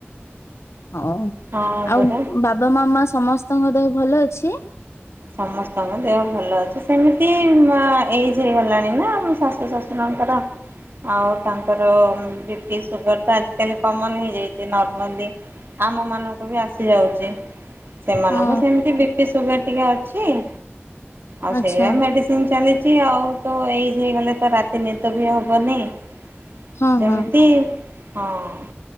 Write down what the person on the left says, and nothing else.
ହଉ
ଆଉ
ବାବା ମାମା ସମସ୍ତଙ୍କ ଦେହ । ଭଲ ଅଛି?
ହଁ
ଆଚ୍ଛା
ହଁ
ହଁ